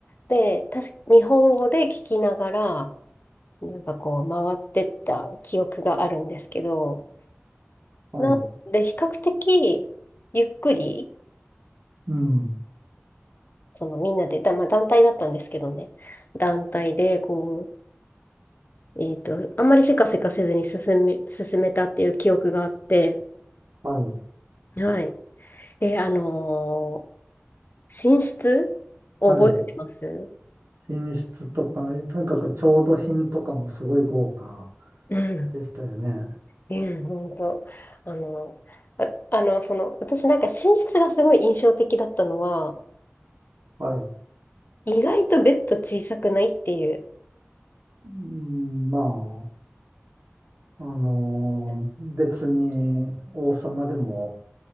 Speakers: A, on the left; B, on the right.
A: で、確か日本語で聞きながら、なんかこう、回ってった記憶があるんですけど、
B: はい、
A: なんで、比較的、ゆっくり、
B: うん、
A: そのみんなで、だ、まあ団体だったんですけどね。団体で、こう、えっと、あんまりせかせかせずに進め、進めたっていう記憶があって、
B: はい、
A: はい。えーあのー寝室覚えてます
B: はい。品質とか、とにかく調度品とかもすごい豪華
A: うん。
B: でしたよね。
A: うん、本当。あのあ、あの、その、私なんか寝室がすごい印象的だったのは、
B: はい。
A: 意外とベッド小さくないっていう。
B: うん、まあ、あのー別に王様でも